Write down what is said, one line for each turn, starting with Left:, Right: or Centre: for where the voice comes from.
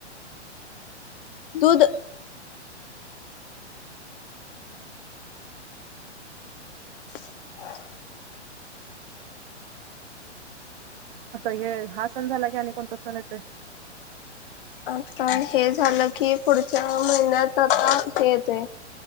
Left: दुध <unintelligible>
Right: आता हे हा सण झाला की आणि कोणता सण येतय
Left: आता हे झालं की पुढच्या महिन्यात आता हे येतय